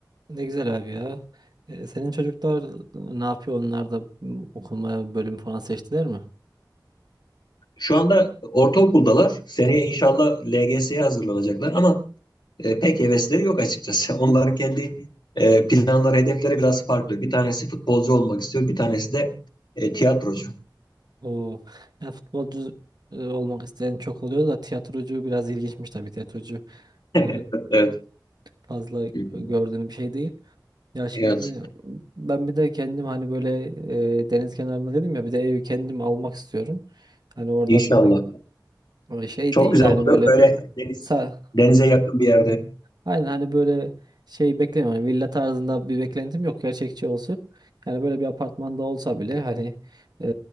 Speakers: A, on the right; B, on the left.
A: Ne güzel abi ya. Ee, senin çocuklar ne yapıyor? Onlar da m, okuma bölüm falan seçtiler mi?
B: Şu anda ortaokuldalar. Seneye inşallah LGS'ye hazırlanacaklar ama e, pek hevesleri yok açıkçası. <laughs> Onların kendi e, planları, hedefleri biraz farklı. Bir tanesi futbolcu olmak istiyor, bir tanesi de e, tiyatrocu.
A: O ya futbolcu e, olmak isteyen çok oluyor da tiyatrocu biraz ilginçmiş tabii. Tiyatrocu
B: <laughs> Evet,
A: e,
B: evet.
A: fazla
B: Hmm.
A: gördüğüm bir şey değil. Ya şimdi
B: Evet.
A: ben bir de kendim hani böyle e, deniz kenarında dedim ya bir de evi kendim almak istiyorum. Hani orada
B: İnşallah.
A: böyle e, şey
B: Çok
A: değil
B: güzel
A: de hani
B: olur.
A: böyle
B: Böyle deniz,
A: Sa-
B: denize yakın bir yerde.
A: Aynen hani böyle şey beklemiyorum. Hani villa tarzında bir beklentim yok. Gerçekçi olsun. Yani böyle bir apartmanda olsa bile hani e,